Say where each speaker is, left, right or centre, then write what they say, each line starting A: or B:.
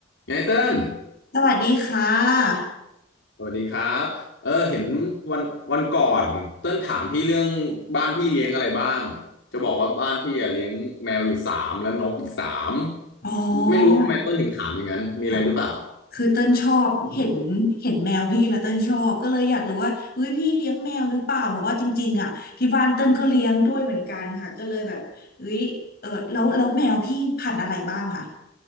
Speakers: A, on the left; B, on the left.
A: ไงเติ้ล
B: สวัสดีค่ะ
A: สวัสดีครับเออเห็นวันวันก่อนเติ้ลถามพี่เรื่องบ้านพี่เลี้ยงอะไรบ้าง จะบอกว่าบ้านพี่อะเลี้ยงแมวอยู่สามและนกอีกสาม
B: อ๋อ
A: ไม่รู้ทำไมเติ้ลถึงถามอย่างนั้น มีอะไรหรือเปล่า
B: ค่ะคือเต้นชอบเห็นเห็นแมวพี่แล้วเต้นชอบก็เลยอยากรู้ว่าเฮ้ยพี่เลี้ยงแมวหรือเปล่าเพราะว่าจริงๆอ่ะที่บ้านเต้นก็เลี้ยงด้วยเหมือนกันค่ะก็เลยแบบเฮ้ยเออแล้วแล้วแมวพี่พันธุ์อะไรบ้างค่ะ